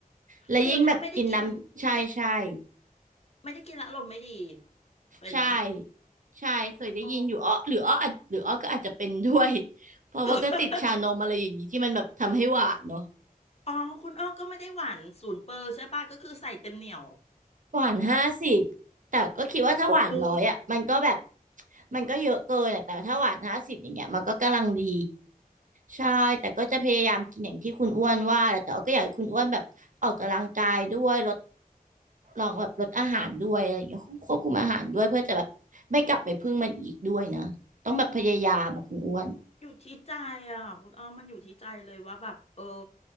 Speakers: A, on the right; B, on the left.
A: และยิ่งแบบกินน้ำใช่ใช่
B: คือถ้าไม่ได้กินไม่ได้กินและอารมณ์ไม่ดีเป็นไหม
A: ใช่ใช่เคยได้ยินอยู่อ้อหรืออ้ออาจหรืออ้อก็อาจจะเป็นด้วย
B: โอ้
A: เพราะว่าก็ติดชานมอะไรอย่างนี้ที่มันแบบทำให้หวานเนาะ
B: <laughs> อ๋อคุณอ้อก็ไม่ได้หวานศูนย์เปอร์ใช่ป่ะก็คือใส่เต็มเหนียว
A: หวานห้าสิบแต่ก็คิดว่าถ้าหวานร้อยอ่ะมันก็แบบ
B: อู้
A: มันก็เยอะเกินอะแต่ถ้าหวานห้าสิบอย่างเงี้ยมันก็กำลังดีใช่แต่ก็จะพยายามกินอย่างที่คุณอ้วนว่าแหละแต่อก็อยากให้คุณอ้วนแบบออกกำลังกายด้วยลดลองแบบลดอาหารด้วยอะไรอย่างเงี้ยควบคุมอาหารด้วยเพื่อจะแบบไม่กลับไปพึ่งมันอีกด้วยนะต้องแบบพยายามอะคุณอ้วน
B: อยู่ที่ใจอ่ะคุณอ้อมมันอยู่ที่ใจเลยว่าแบบเออ